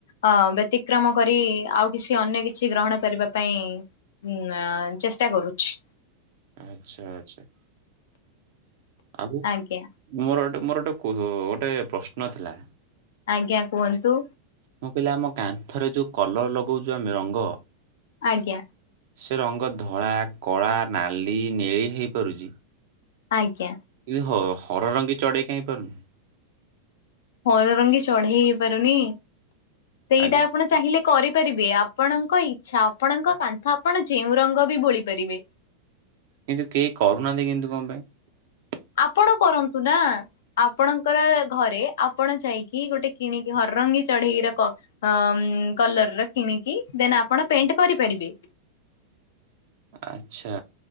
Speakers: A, on the left; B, on the right.
A: ଅ ବ୍ୟତିକ୍ରମ କରି ଆଉ କିଛି ଅନ୍ୟ କିଛି ଗ୍ରହ ଗ୍ରହଣ କରିବା ପାଇଁ ଉ ଚେଷ୍ଟା କରୁଛି।
B: ଆଛା ଆଛା। ଆଉ
A: ଆଜ୍ଞା
B: ମୋର ମୋର ଗୋଟେ ଗୋଟେ ପ୍ରଶ୍ନ ଥିଲା?
A: ଆଜ୍ଞା କୁହନ୍ତୁ।
B: ମୁଁ କହିଲି ଆମ କାନ୍ଥରେ ଯୋଉ କଲର ଲଗଉଚୁ ଆମେ ରଙ୍ଗ।
A: ଆଜ୍ଞା।
B: ସେ ରଙ୍ଗ ଧଳା କଳା ନାଲି ନେଳି ହେଇପାରୁଛି।
A: ଆଜ୍ଞା।
B: କିନ୍ତୁ ହ ହର ରଙ୍ଗୀ ଚଢେଇ କାହିଁ ପାରୁନି?
A: ହର ରଙ୍ଗୀ ଚଢେଇ ହେଇପାରୁନି ସେଇଟା
B: ଆଗେ
A: ଆପଣ ଚାହିଁଲେ କରିପାରିବେ ଆପଣଙ୍କ ଇଚ୍ଛା ଆପଣଙ୍କ କାନ୍ଥ ଆପଣ ଯେଉଁ ରଙ୍ଗ ବି ବୋଳି ପାରିବେ। <inaudible>
B: କିନ୍ତୁ କେଇ କରୁନାହାନ୍ତି କିନ୍ତୁ କଣ ପାଇଁ?
A: ଆପଣ କରନ୍ତୁ ନା ଆପଣଙ୍କର ଘରେ ଆପଣ ଯାଇକି ଗୋଟେ କିଣିକି ହରରଙ୍ଗୀ ଚଢେଇ ର କ ଅ କଲର ର କିଣିକି ଦେନ୍ ଆପଣ ପେଣ୍ଟ କରିପାରିବେ।
B: ଆଛା